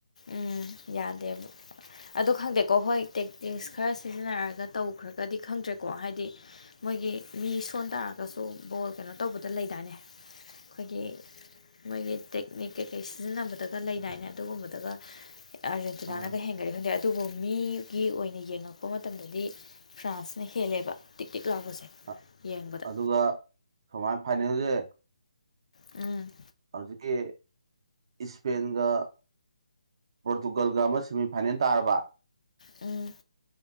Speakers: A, on the left; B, on the right.
A: ꯎꯝ ꯌꯥꯗꯦꯕ ꯑꯗꯨ ꯈꯪꯗꯦꯀꯣ ꯍꯣꯏ ꯇꯦꯛꯇꯤꯛꯁ ꯈꯔ ꯁꯤꯖꯤꯟꯅꯔꯒ ꯇꯧꯈ꯭ꯔꯒꯗꯤ ꯈꯪꯗ꯭ꯔꯦꯀꯣ ꯍꯥꯏꯗꯤ ꯃꯣꯏꯒꯤ ꯃꯤ ꯁꯣꯟ ꯇꯥꯔꯒꯁꯨ ꯕꯣꯜ ꯀꯩꯅꯣ ꯇꯧꯕꯗ ꯂꯩꯗꯥꯢꯅꯦ ꯈꯣꯏꯒꯤ ꯃꯣꯏꯒꯤ ꯇꯦꯛꯅꯤꯛ ꯀꯩꯀꯩ ꯁꯤꯖꯤꯟꯅꯕꯗꯒ ꯂꯩꯗꯥꯏꯅꯦ ꯑꯗꯨꯒꯨꯝꯕ ꯑꯗꯨꯒ ꯑꯥꯔꯖꯦꯟꯇꯤꯅꯥꯅꯒ
B: ꯑꯥ,
A: ꯍꯦꯟꯒ꯭ꯔꯗꯤ ꯈꯪꯗꯦ ꯑꯗꯨꯕꯨ ꯃꯤꯒꯤ ꯑꯣꯏꯅ ꯌꯦꯡꯉꯛꯄ ꯃꯇꯝꯗꯗꯤ ꯐ꯭ꯔꯥꯟꯁꯅ ꯍꯦꯜꯂꯦꯕ ꯇꯤꯛ ꯇꯤꯛ ꯂꯥꯎꯕꯁꯦ
B: ꯑ-
A: ꯌꯦꯡꯕꯗ
B: ꯑꯗꯨꯒ ꯁꯨꯃꯥꯏ ꯐꯥꯏꯅꯦꯜꯁꯦ
A: ꯎꯝ
B: ꯍꯧꯖꯤꯛꯀꯤ ꯏꯁꯄꯦꯟꯒ ꯄꯣꯔꯇꯨꯒꯜꯒ ꯑꯃ ꯁꯦꯃꯤꯐꯥꯏꯅꯦꯟ ꯇꯥꯔꯕ
A: ꯎꯝ